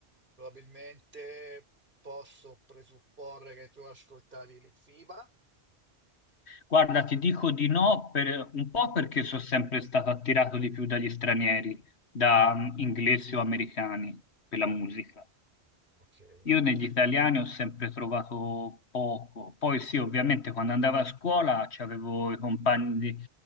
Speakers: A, on the right; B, on the left.
A: probabilmente posso presupporre che tu ascoltavi Litfiba.
B: Guarda, ti dico di no per un po' perché sono sempre stato attirato di più dagli stranieri, da
A: Mm,
B: mm, inglesi o americani per la musica.
A: ok.
B: Io negli italiani ho sempre trovato poco. Poi sì, ovviamente quando andavo a scuola c'avevo i compagni di-